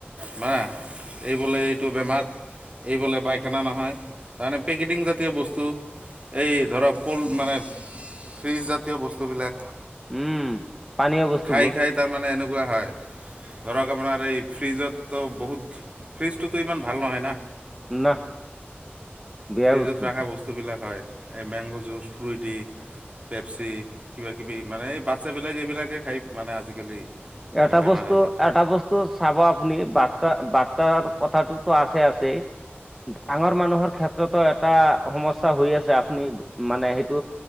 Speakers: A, on the right (about 30°); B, in the centre.
A: ধৰা এইবোলে এইটো বেমাৰ এই বোলে পায়খানা নহয় তাৰমানে পেকেটিং জাতীয় বস্তু এই ধৰক কোল্ড মানে ফ্ৰিজ জাতীয় বস্তুবিলাক
B: উম পানীয় বস্তুবোৰ
A: খাই খাই তাৰমানে এনেকুৱা হয় ধৰক আপোনাৰ এই ফ্ৰিজততো বহুত ফ্ৰিজটোতো ইমান ভাল নহয় না
B: না বেয়া
A: ফ্ৰিজত
B: বস্তু
A: ৰাখা
B: এইটো
A: বস্তুবলাক হয় এই মেংগ' যুঁজ ফ্ৰইটি পেপচি কিবাকিবি মানে এই বাচ্ছাবিলাক এইবিলাকে খাই মানে আজিকালি, মানে
B: এটা
A: বেমাৰ
B: বস্তু
A: আজাৰ
B: এটা বস্তু, চাব আপুনি বাচ্ছা বাচ্ছাৰ কথাটোতো আছে আছে ডাঙৰ মানুহৰ ক্ষেত্ৰতো এটা সমস্যা হৈ আছে আপুনি মানে সেইটো